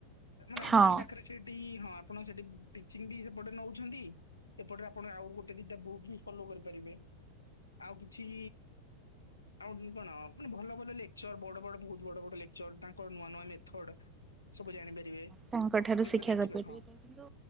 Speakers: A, on the left; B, on the right.
A: ମାନେ ଆପଣଙ୍କ
B: ହଁ
A: ପାଖରେ ସେଠି ହଁ ଆପଣ ସେଠି ଟିଚିଂ ବି ସେପଟେ ନୋଉଛନ୍ତି ଏପଟରେ ଆପଣ ଆଉ ଗୋଟେ ଦିଟା ବୁକ୍ ବି ଫଲୋ କରିପାରିବେ ଆଉ କିଛି ଆଉ ଉଁ କଣ ମାନେ ଭଲ ଭଲ ଲେକଚର୍ ବଡ ବଡ ବୋହୁତ ବଡ ବଡ ଲେକଚର୍ ତାଙ୍କ ନୂଆ ନୂଆ ମେଥଡ ସବୁ ଜାଣିପାରିବେ
B: ତାଙ୍କ ଠାରୁ
A: ସେଟା
B: ଶିକ୍ଷା
A: ଦେଖିବା
B: କରିପାରିବେ।
A: ହଁ
B: କିନ୍ତୁ